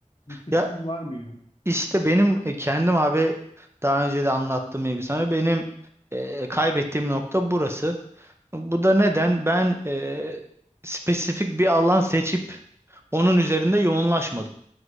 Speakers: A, on the left (about 40°); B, on the right (about 20°).
A: bir seçim
B: Ya
A: var mı yani?
B: işte benim e, kendim abi daha önce de anlattığım gibi sana benim e, kaybettiğim nokta burası. Bu da neden? Ben e, spesifik bir alan seçip onun üzerinde yoğunlaşmadım.